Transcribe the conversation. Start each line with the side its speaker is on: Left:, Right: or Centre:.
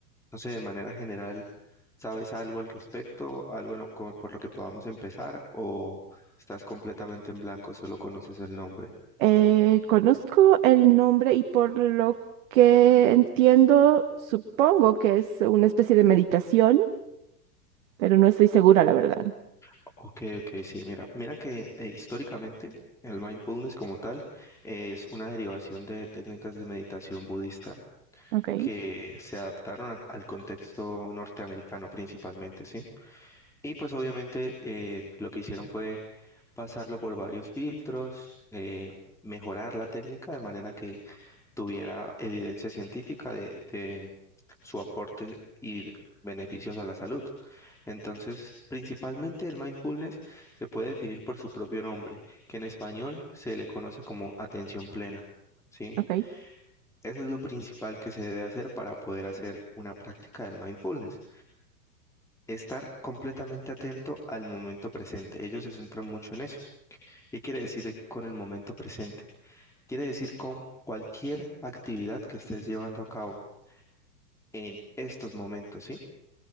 Centre: no sé, de manera general, ¿sabes algo al respecto? ¿Algo en lo co- por lo que podamos empezar? ¿O estás completamente en blanco, solo conoces el nombre?
Right: Eh, conozco el nombre y por lo que entiendo, supongo que es una especie de meditación, pero no estoy segura, la verdad.
Centre: Ok, ok, sí, mira, mira que eh, históricamente el mindfulness como tal es una derivación de técnicas de meditación budista
Right: Ok,
Centre: que se adaptaron a- al contexto norteamericano principalmente, ¿sí? Y pues obviamente eh, lo que hicieron fue pasarlo por varios filtros, eh, mejorar la técnica de manera que tuviera evidencia científica de, de su aporte y beneficios a la salud. Entonces, principalmente el mindfulness se puede definir por su propio nombre, que en español se le conoce como atención plena, ¿sí?
Right: ok,
Centre: Eso es lo principal que se debe hacer para poder hacer una práctica del mindfulness. Estar completamente atento al momento presente. Ellos se centran mucho en eso. ¿Qué quiere decir con el momento presente? Quiere decir con cualquier actividad que estés llevando a cabo en estos momentos, ¿sí?